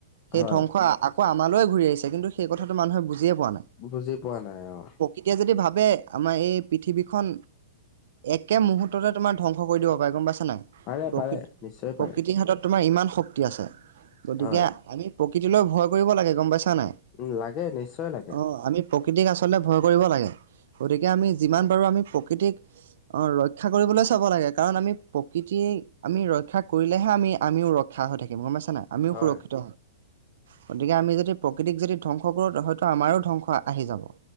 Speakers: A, on the right; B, on the left.
A: সেই
B: হয়,
A: ধ্বংস আকৌ আমালৈয়ে ঘূৰি আহিছে কিন্তু সেই কথাটো মানুহে বুজিয়ে পোৱা নাই।
B: বুজি পোৱা নাই অ,
A: এতিয়া যদি ভাবে আমাৰ এই পৃথিৱীখন একে মুহূৰ্ততে তোমাৰ ধ্বংস ধবহংস কৰি দিব পাৰে গম পাইছা নাই,
B: পাৰে
A: প্ৰকৃতি
B: পাৰে নিশ্চয়
A: প্ৰকৃতিৰ
B: পাৰে।
A: হাতত তোমাৰ ইমান শক্তি আছে গতিকে
B: হয়,
A: আমি প্ৰকৃতিলৈ ভয় কৰিব লাগে গম পাইছা নাই।
B: উম, লাগে নিশ্চয় লাগে।
A: অ আমি প্ৰকৃতিক আচলতে ভয় কৰিব লাগে গতিকে আমি যিমান পাৰোঁ আমি প্ৰকৃতিক অ ৰক্ষা কৰিবলৈ চাব লাগে। কাৰণ আমি প্ৰকৃতি আমি ৰক্ষা কৰিলেহে আমি আমিও ৰক্ষা হৈ থাকিম গম পাইছা নাই? আমিও
B: হয়,
A: সুৰক্ষিত গতিকে আমি যদি প্ৰকৃতিক যদি ধ্বংস কৰোঁ হয়তো আমাৰো ধ্বংস আহি যাব